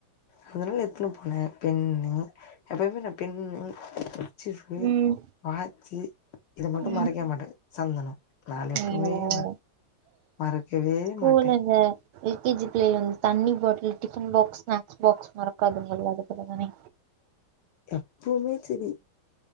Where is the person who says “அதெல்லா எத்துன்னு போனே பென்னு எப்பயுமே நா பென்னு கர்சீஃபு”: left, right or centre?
Left